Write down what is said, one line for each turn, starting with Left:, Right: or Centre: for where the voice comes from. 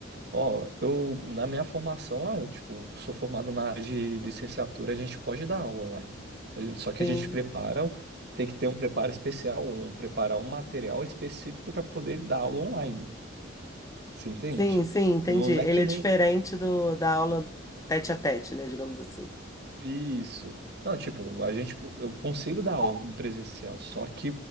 Right: ó, eu, na minha formação, ah, eu, tipo, sou formado na área de licenciatura, a gente pode dar aula online. A gente- só que
Left: Sim.
Right: a gente prepara, tem que ter um preparo especial, um, preparar um material específico para poder dar aula online. Você entende?
Left: Sim, sim, entendi.
Right: Não
Left: Ele
Right: é que
Left: é
Right: nem.
Left: diferente do, da aula tete a tete, né? Digamos assim.
Right: Isso. Não, tipo, a gente, tipo, eu consigo dar algo presencial, só que